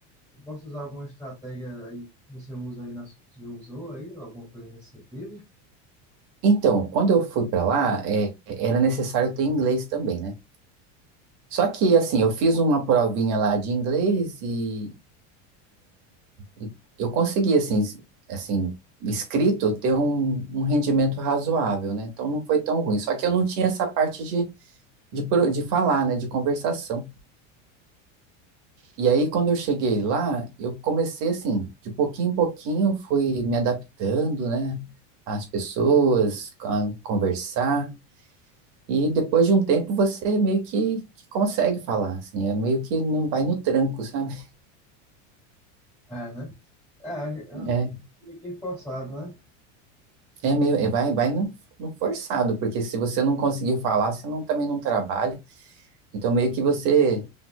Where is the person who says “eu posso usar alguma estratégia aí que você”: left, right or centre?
Centre